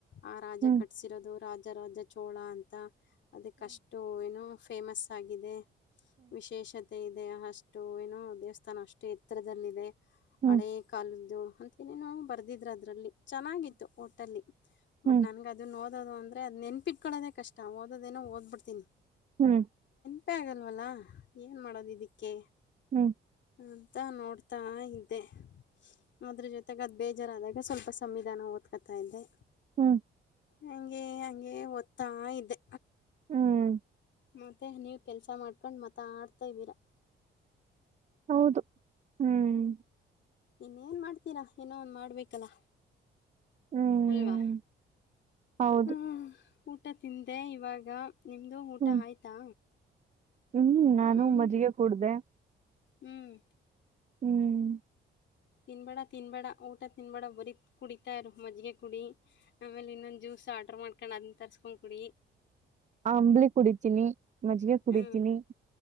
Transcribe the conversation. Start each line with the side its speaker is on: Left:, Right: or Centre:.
Left: ಆ ರಾಜ
Right: ಹ್ಮ್
Left: ಕಟ್ಸಿರೋದು ರಾಜ ರಾಜ ಚೋಳ ಅಂತ - ಅದಕ್ಕಷ್ಟು ಏನೋ ಫೇಮಸ್ ಆಗಿದೆ ವಿಶೇಷತೇ - ಮತ್ತ ಇದೆ ಅಷ್ಟು ಏನೋ ದೇವಸ್ಥಾನ ಅಷ್ಟು ಎತ್ತರದಲ್ಲದೆ
Right: ಹ್ಮ್
Left: ಹಳೆಯ ಕಾಲದ್ದು- ಅಂತನೇನು ಬರ್ದಿದ್ರಅದ್ರಲ್ಲಿ ಚೆನ್ನಾಗಿತ್ತು ಓಟಲ್ಲಿ
Right: ಹ್ಮ್
Left: ಬಟ್ ನನ್ಗೆ ಅದು ನೋಡಿ - <unintelligible> ಅದು ನೆನ್ಪಿಟ್ಕೊಳ್ಳೋದ ಕಷ್ಟ ಓದೋದೇನೋ ಓದ್ಬಡ್ತೀನಿ.
Right: ಹ್ಮ್
Left: ತಪ್ಪೆ ಆಗಲ್ವಲ್ಲ ಏನ್ ಮಾಡೋದು ಇದಕ್ಕೆ
Right: ಹ್ಮ್
Left: ಅಂತ ನೋಡ್ತಾ ಇದಿದ್ದೆ ಅದ್ರ ಜೊತೆಗೆ ಅದ್ ಬೇಜಾರಾದಾಗ ಸ್ವಲ್ಪ ಸಂವಿಧಾನ ಓದ್ಕೊತಾ ಇದ್ದೆ
Right: ಹ್ಮ್
Left: ಹಂಗಗೆ ಹಂಗೆ ಓದ್ತಾ ಇ್ದದೆ
Right: ಹ್ಮ್
Left: ಮತ್ತೆ ನೀವು ಕೆಲಸ ಮಾಡ್ಕೊಂಡು ಮಾತ ಆಡ್ತಾಬೀರಾ
Right: ಹೌದು ಹ್ಮ್
Left: ಇನ್ನೇನ ಮಾಡ್ತೀರಾ ಏನೋ ಒಂದು ಮಾಡಬೇಕಲ್ಲ
Right: ಹ್ಮ್
Left: ಅಲ್ವಾ.
Right: ಹೌದು
Left: ಹ್ಮ್ ಊಟ ತಿಂದೆ ಇವಾಗ ನಿಮ್ದು ಊಟ
Right: ಹ್ಮ್
Left: ಆಯ್ತಾ
Right: ಹ್ಮ್ ನಾನು
Left: ಹ್ಮ್
Right: ಮಜ್ಜಿಗೆ ಕೂಡ್ದ
Left: ಹ್ಮ್
Right: ಹ್ಮ್
Left: ತಿನ್ಬೇಡ ತಿನ್ಬೇಡ ಊಟ ತಿನ್ಬೇಡ ಬರೀ ಕುಡಿತಾರು ಮಜ್ಜಗೆ ಕುಡಿ ಆಮೇಲೆ ಇನ್ನೊಂದು ಜ್ಯೂಸ್ ಸ ಆರ್ಡ್ರರ್ ಮಾಡ್ಕೊಂಡ್ ಅದನ್ನ ತರ್ಸ್ಕೊಂಡ್ ಕುಡಿ
Right: ಅಂಬಳ ಕುಡಿತೀನಿ ಮಜ್ಿಗೆ ಕುಡಿತೀನಿ
Left: ಹ್ಮ್.